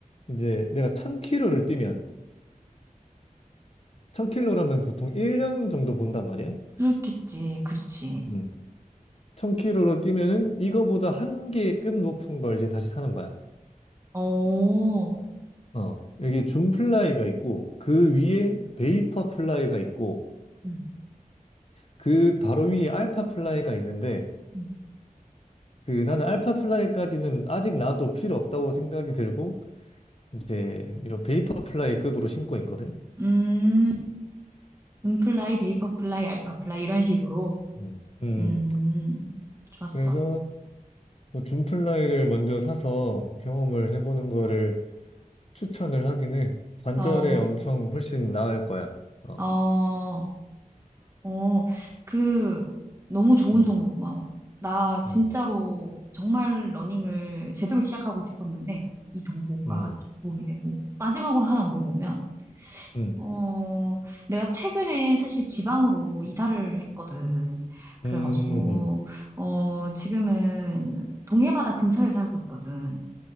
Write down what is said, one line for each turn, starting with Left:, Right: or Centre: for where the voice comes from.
Left: 이제 내가 1 0 0 0 k 를 뛰면 1 0 0 0 k 라면 보통 1년 정도 본단 말이야.
Right: 그렇겠지, 그렇지.
Left: 음. 1000km로 뛰면은 이거보다 한 개급 높은 걸 이제 다시 사는 거야.
Right: 어,
Left: 어, 여기 줌 플라이가 있고 그 위에 베이퍼 플라이가 있고
Right: 음,
Left: 그 바로 위에 알파 플라이가 있는데
Right: 음,
Left: 그 나는 알파 플라이까지는 아직 나도 필요 없다고 생각이 들고 이제 이 베이퍼 플라이급으로 신고 있거든.
Right: 음, 준플라이, 베이퍼플라이, 알파플라이 이런 식으로.
Left: 음, 음.
Right: 음, 좋았어.
Left: 그래서 뭐 줌 플라이를 먼저 사서 경험을 해보는 거를 추천을 하긴 해. 관절에
Right: 어,
Left: 엄청 훨씬 나을 거야. 어,
Right: 어, 어, 그 너무 좋은
Left: 음,
Right: 정보 고마워. 나 진짜로
Left: 음.
Right: 정말 러닝을 제대로 시작하고 싶었는데 이 정보가
Left: 음.
Right: 도움이 되고 마지막으로 하나 물어보면.
Left: 음,
Right: 어, 내가 최근에 사실 지방으로 이사를 했거든. 그래가지고,
Left: 음, 음. 음.
Right: 어, 지금은 동해바다 근처에 살고 있거든.